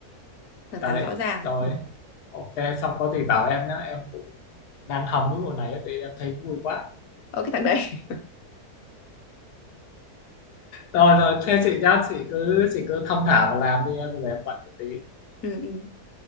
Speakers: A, on the left (about 65°); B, on the left (about 80°).
A: thẳng thắn
B: đấy
A: rõ ràng
B: rồi
A: ừ
B: ok xong có gì bảo em nhé em cũng đang hóng cái bộ này thì em thấy vui quá
A: ở cái thằng đấy
B: rồi rồi thế chị nhá chị cứ chị cứ thong thả và làm đi em bây giờ em bận một tí
A: <laughs> ừ ừ